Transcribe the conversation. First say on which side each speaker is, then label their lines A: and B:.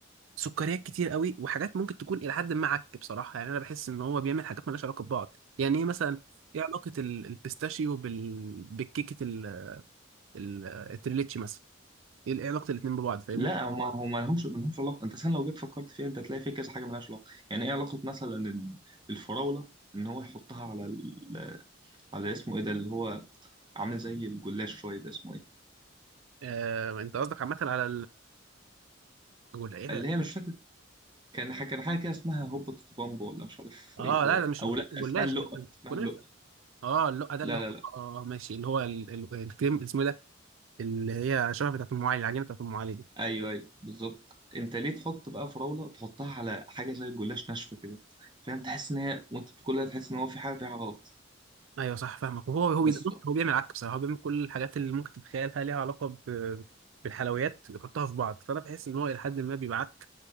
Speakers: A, on the right (about 80°); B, on the right (about 25°).
A: سكريات كتير قوي وحاجات ممكن تكون الى حد ما عك بصراحه يعني انا بحس ان هو بيعمل حاجات مالهاش علاقه ببعض يعني ايه مثلا ايه علاقه ال- البيستاشيو بال... بالكيكه ال... ال... التريليتشي مثلا ايه إيه علاقه الاتنين ببعض فاهمني
B: لا هما هما لهمش ملهمش علاقه انت اصلا لو جيت فكرت فيها انت هتلاقي في كذا حاجه ملهاش علاقه يعني ايه علاقه مثلا ال- الفراوله ان هو يحطها على ال... على اسمه ايه ده اللي هو عامل زي الجلاش شويه ده اسمه ايه
A: آه... انت قصدك عامه على الجلاش ايه ده
B: اللي هي مش فاكر كان ح- كان حاجه كده اسمها هوبا تيتو بامبا ولا مش عارف
A: اه
B: ايه كده
A: لا لا مش
B: او
A: ما كانش
B: لا
A: جلاش
B: اسمها اللقه
A: ده كان
B: اسمها
A: كنافه
B: اللقه
A: اه اللقه ده
B: لا
A: اللي هو
B: لا لا
A: اه ماشي اللي هو ال... ال... الكريم اسمه إيه ده اللي هي شبه بتاعت ام علي العجينه بتاعت ام علي دي
B: ايوه ايوه بالظبط انت ليه تحط بقى فراوله تحطها على حاجه زي الجلاش ناشفه كده فاهم تحس ان هي وانت بتاكلها تحس ان هو في حاجه فيها غلط
A: ايوه صح فاهمك وهو هو
B: بس
A: بيد- بص هو بيعمل عك بصراحه هو بيعمل كل الحاجات اللي ممكن تتخيلها ليها علاقه ب- بالحلويات يحطها في بعض فانا بحس ان هو الى حد ما بيبعت